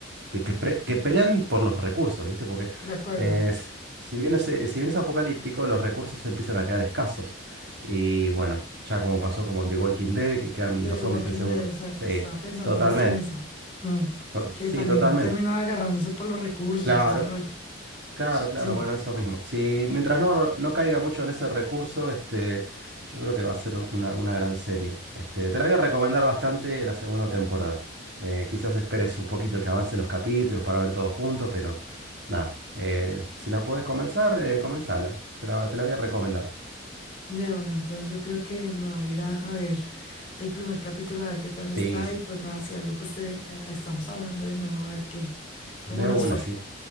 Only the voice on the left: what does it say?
De acuerdo.
De
The
Walking
Dead, exacto.
Estaba pensando
justo en eso. Mm,
Que
también
terminan agarrándose por los recursos
y todo ese rollo.
Sí.
De una, entonces yo creo que me va a ir a, a ver el primer capítulo, a ver qué tal está
y pues nada, si algo pues te, eh, estamos hablando de nuevo, a ver qué, cómo
nos
fue.